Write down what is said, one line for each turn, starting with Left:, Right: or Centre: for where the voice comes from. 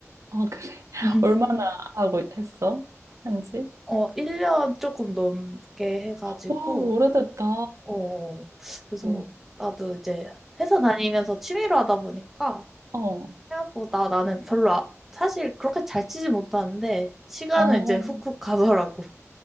Right: 어, 그래. <laughs>
Centre: <laughs>
Right: 얼마나 하고 했어? 한지?
Centre: 어, 1년 조금 넘게 해가지고
Right: 와, 오래됐다.
Centre: 어, 그래서
Right: 응,
Centre: 나도 이제 회사 다니면서 취미로 하다 보니까
Right: 어,
Centre: 생각보다 나는 별로 아- 사실 그렇게 잘 치지 못하는데 시간은
Right: 어,
Centre: 이제 훅훅 가더라고.